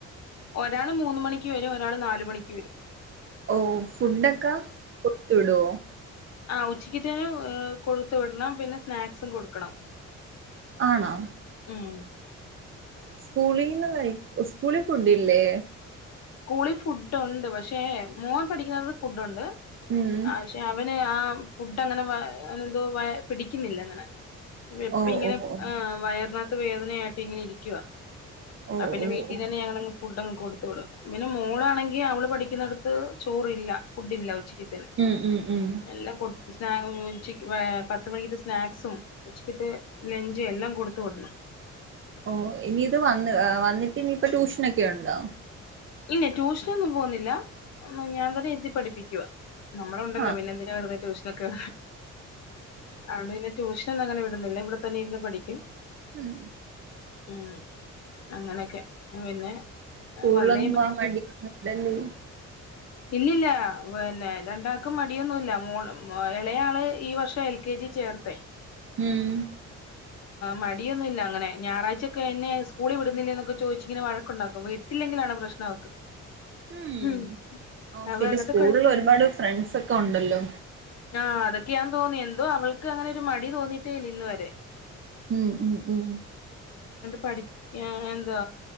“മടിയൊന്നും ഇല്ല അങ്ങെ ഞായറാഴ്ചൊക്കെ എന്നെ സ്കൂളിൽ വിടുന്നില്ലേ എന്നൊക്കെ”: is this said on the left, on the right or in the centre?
Left